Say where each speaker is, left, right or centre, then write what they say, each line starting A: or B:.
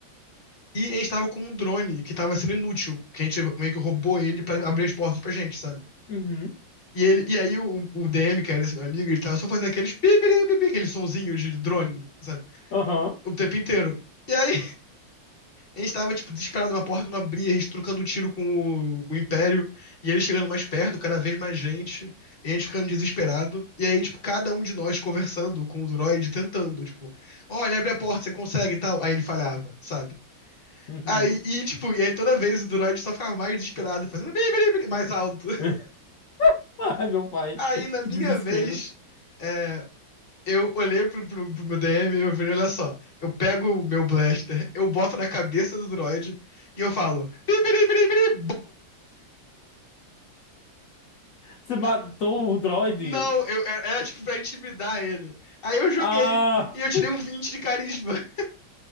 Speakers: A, on the left; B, on the left.
A: E a gente estava com um drone que estava sendo inútil, que a gente meio que roubou ele pra abrir as portas pra gente, sabe?
B: uhum,
A: E, ele, e aí o, o DM, que era esse meu amigo, ele tava só fazendo aqueles pi, pi, pi, pi, aquele sonzinho de drone, sabe?
B: aham,
A: O tempo inteiro. E aí A gente tava, tipo, desesperado, uma porta não abria, a gente trocando tiro com o, o Império, e ele chegando mais perto, cada vez mais gente, e a gente ficando desesperado. E aí, tipo, cada um de nós conversando com o droid, tentando, tipo, olha, abre a porta, você consegue e tal. Aí ele falhava, sabe?
B: uhum.
A: Aí, e, tipo, e aí toda vez o droid só ficava mais desesperado, fazendo bim, bim, bim, mais alto. <laughs>
B: <laughs> Ai, meu pai,
A: Aí, na
B: que
A: minha
B: desespero.
A: vez, é, Eu olhei pro, pro- pro meu DM e eu falei, olha só, eu pego o meu blaster, eu boto na cabeça do droid e eu falo, bibiribiribiri,
B: Você matou
A: <laughs>
B: o droide?
A: Não, eu, era, era tipo pra intimidar ele. Aí eu joguei
B: Ah!
A: e eu tirei um 20 de carisma. <laughs>